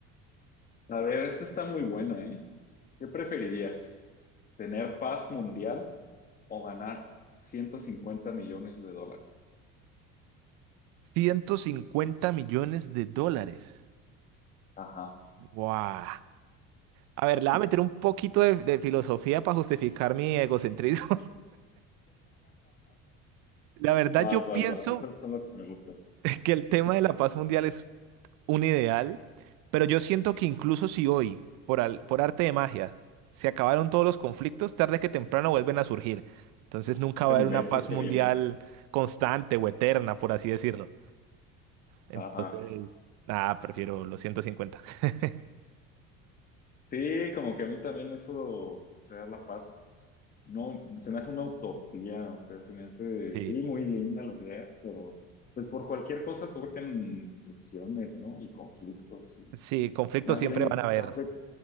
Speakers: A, on the left (about 30°); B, on the right (about 70°).
A: A ver, esta está muy buena, ¿eh? ¿Qué preferirías? ¿Tener paz mundial o ganar 150 millones de dólares?
B: 150 millones de dólares.
A: Ajá.
B: ¡Guau! A ver, le voy
A: <laughs>
B: a meter un poquito de, de filosofía para justificar mi egocentrismo. La verdad,
A: Vas,
B: yo
A: vas,
B: pienso
A: vas. Esas son las que me gustan.
B: <laughs> que el tema
A: <laughs>
B: de la paz mundial es un ideal, pero yo siento que incluso si hoy, por, al- por arte de magia, se acabaron todos los conflictos, tarde que temprano vuelven a surgir. Entonces nunca
A: El
B: va a haber una
A: mes
B: paz
A: que
B: mundial
A: viene, ¿no?
B: constante o eterna, por así decirlo. Entonces,
A: Ajá.
B: nada, prefiero los 150. <laughs>
A: Sí, como que a mí también eso, o sea, la paz, no, se me hace una utopía, o sea, se me hace,
B: Sí.
A: sí, muy linda la idea, pero pues por cualquier cosa surgen fricciones, ¿no? Y conflictos.
B: Sí, conflictos
A: Más
B: siempre
A: bien,
B: van a haber.
A: no sé,